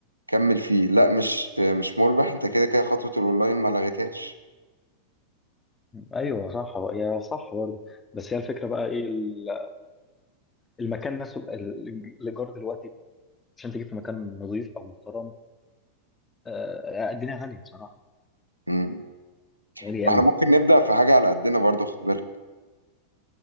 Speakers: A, on the right; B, on the left.
A: كمل فيه لا مش مش مربح انت كده كده خطوة الاونلاين ما لغيتهاش
B: ايوه صح هي صح برضه بس هي الفكره بقى ايه ال- المكان نفسه ال- الايجار دلوقتي عشان تجيب في مكان نظيف او محترم آه، الدنيا غاليه بصراحه
A: مم.
B: غالي
A: ما
B: قوي
A: احنا ممكن نبدأ في حاجة على قدنا برضو خد بالك